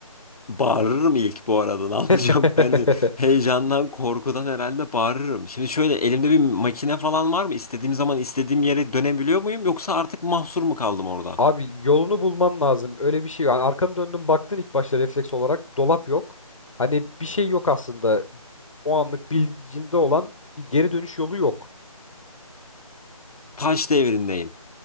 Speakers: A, on the left; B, on the left.
A: Bağırırım ilk bu arada. Ne yapacağım?
B: <laughs>
A: <laughs> Hani heyecandan, korkudan herhalde bağırırım. Şimdi şöyle elimde bir makine falan var mı? İstediğim zaman istediğim yere dönebiliyor muyum? Yoksa artık mahsur mu kaldım orada?
B: Abi yolunu bulman lazım. Öyle bir şey. Yani arkanı döndün baktın ilk başta refleks olarak dolap yok. Hani bir şey yok aslında. O anlık bilincinde olan bir geri dönüş yolu yok.
A: Taş devrindeyim.